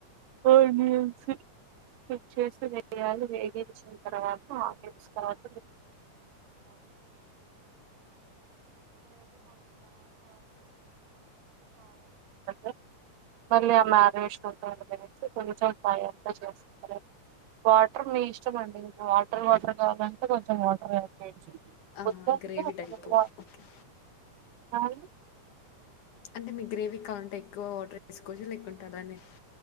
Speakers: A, on the right (about 80°); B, on the left (about 70°).
A: <unintelligible> కుక్ చేస్తే వేయ్యాలి వేగించిన్ తర్వాత ఆనియన్స్ తర్వాత <inaudible> <unintelligible> <unintelligible> మళ్ళీ ఆ మాగినేషన్ నొద్దనికనేసీ కొంచం పై <inaudible> చేస్త్ వాటర్ మీ ఇష్టం అండి వాటర్ వాటర్ గావలంటే కొంచెం వాటర్ ఆడ్ చేయొచ్చు వద్దంటే
B: ఆ గ్రేవి
A: అసలు
B: టైపో
A: వా
B: ఒక్కే
A: <inaudible>
B: అంటే మీక్ గ్రేవీ కౌంట్ ఎక్కువ వాట్రేస్కోచ్చు లేకుంట అలానే